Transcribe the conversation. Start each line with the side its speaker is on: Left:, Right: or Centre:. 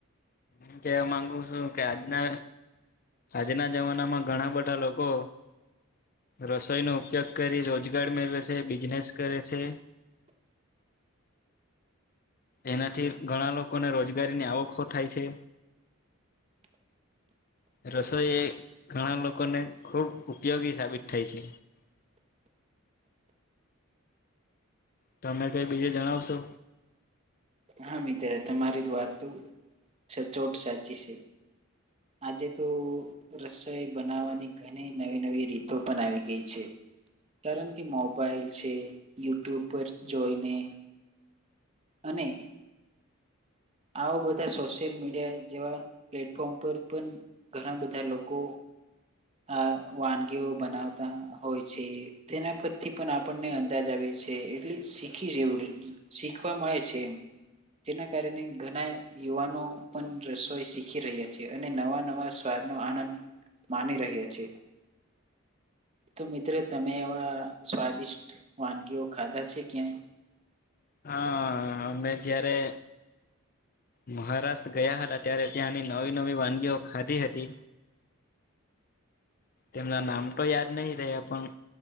Left: હ કેવા માંગુ છું કે આજના આજના જમાનામાં ઘણા બધા લોકો રસોઈ નો ઉપયોગ કરી રોજગાર મેળવે છે બિઝનેસ કરે છે
Right: <inaudible>
Left: એનાથી ઘણા લોકોને રોજગારીની આવખો થાય છે
Right: <inaudible>
Left: રસોઈ એ ઘણા લોકોને ખુબ ઉપયોગી સાબિત થાય છે
Right: <inaudible>
Left: તમે કઈ બીજે જણાવશો
Right: હા મિતિત્ર તમારી વાત સચોટ સાચી છે આજે તો રસોઈ બનાવવાની ઘણી નવી નવી રીતો પણ આવી ગઈ છે કારણ કે મોબાઈલ છે યુટ્યુબ પર જોઈને અને આ બધા સોશિયલ મીડિયા જેવા પ્લેટફોર્મ પર પણ ઘણા બધા લોકો આ વાનગીઓ બનાવતા હોય છે તેના પરથી પણ આપણને અંદાજ આવે એટલે શીખી જેવું શીખવા મળે છે એ જેના કારણે ઘણા યુવાનો પણ રસોઈ શીખી રહ્યા છે અને નવા નવા સ્વાદ નો આનંદ માની રહ્યા છે તો મિત્રો તમે એવા સ્વાદિષ્ટ વાનગીઓ ખાધા છે ક્યાંય
Left: હા અમે જયારે મહારાષ્ટ્ર ગયા હતા ત્યારે ત્યાંની નવી નવી વાનગીઓ ખાધી હતી તેમના નામ તો યાદ નહીિ રહ્યા પણ